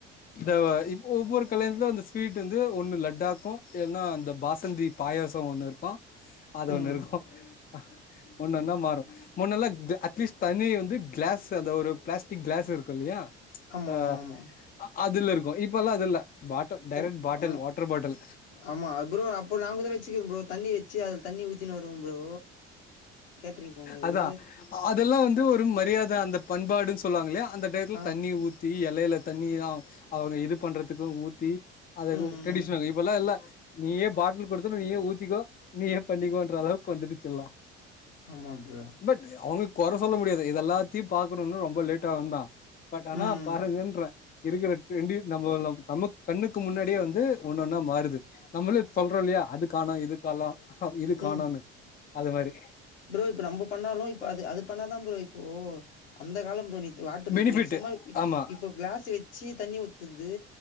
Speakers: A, on the left (about 25°); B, on the left (about 70°).
A: இந்த இப்ப ஒவ்வொரு கல்யாணயத்துல அந்த ஸ்வீட் வந்து ஒன்னு லட்டாக்கு இல்லன்னா அந்த பாசந்தீப் பாயசோ ஒன்னு இருக்கு அது
B: ம்
A: ஒண்ணு இருக்கு அ ஒன்னன்னா மாறு முன்னல்லா ச அட்லீஸ்ட் தண்ணி வந்து கிளாஸ் அந்த ஒரு பிளாஸ்டிக் கிளாஸ் இருக்கு இல்லையா
B: ஆமா
A: அ
B: ஆமா
A: அ அதுல இருக்கு இப்ப எல்லா அது இல்ல பாட்டல் டைரெக்ட்
B: சரி
A: பாட்டில்
B: ஆமா
A: வாட்டர் பாட்டில்
B: ஆமா ப்ரோ அப்பற நாகூட வச்சுருக்க ப்ரோ தண்ணி வச்சு அதுல தண்ணி ஊத்தினனு வருவோ ப்ரோ கேட்ரிங் போம்போது
A: அதா அதெல்லா வந்து ஒரு மரியாதை அந்த பண்பாடுன்னு சொல்லுவாங்களல்லையா அந்த டயத்துல
B: ஆ
A: தண்ணி ஊத்தி எலையில தண்ணி அவங்க இது பண்றதுக்கு ஊத்தி அத
B: ம்
A: டரெடிஷனலி
B: ம்
A: இப்பல்லா இல்ல நீயே பாட்டில் கொடுதது நீயே ஊத்திக்கோ நீயே பண்ணிக்கோன்ற அளவுக்கு வந்துடுச்சுஎல்லா
B: ஆமா ப்ரோ
A: பட் அவங்க கொறை சொல்ல முடியாது இது எல்லாத்தையு பாக்கணுனு ரொம்ப லேட்டா இருந்தா பட் ஆனா
B: ம்
A: பாருங்கன்ற இருக்கிற ட்ரெண்டி நம்ம நம் நம்ம கண்ணுக்கு முன்னாடியே வந்து ஒண்ணு ஒன்னா மாறுது நம்மளே சொல்றோ இல்லையா அது காணோ இது காலோ இது காணோனு
B: ம்
A: அது மாரி
B: ப்ரோ இப்ப நம்ம பண்ணாலு இப்ப அது அது பண்ணாதா ப்ரோ இப்போ அந்த காலோ ப்ரோ நீ வாட்டர்
A: பெனிஃபிட்
B: இப்ப நீ சும்மா இப்
A: ஆமா
B: இப்ப கிளாஸ் வெச்சு தண்ணி ஊத்துது